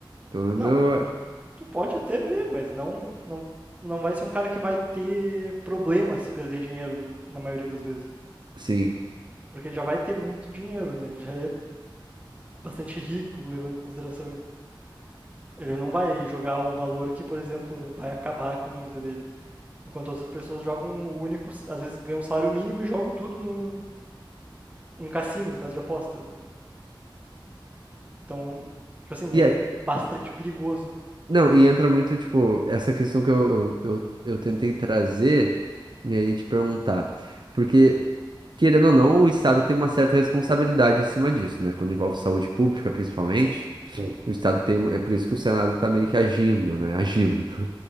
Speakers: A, on the right; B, on the right.
A: Pelo menos
B: Não,
A: eu,
B: tu, tu pode até ver, mas não, não, não vai ser um cara que vai ter problema se perder dinheiro no- na maioria das vezes.
A: sim.
B: Porque ele já vai ter muito dinheiro, né? Ele já é bastante rico, levando em consideração isso. Ele não vai jogar um valor que, por exemplo, vai acabar com a vida dele. Enquanto outras pessoas jogam um único, às vezes ganham um salário mínimo e jogam tudo no, em cassino, em casa de aposta. Então, tipo assim,
A: E
B: é
A: aí,
B: bastante perigoso.
A: não, e entra muito, tipo, essa questão que eu, eu, eu, eu tentei trazer e aí te perguntar. Porque querendo ou não, o Estado tem uma certa responsabilidade em cima disso, né? Quando envolve saúde pública, principalmente,
B: Assim,
A: Sim. o Estado tem. uma- É por isso que o Senado tá meio que agindo, né? Agindo.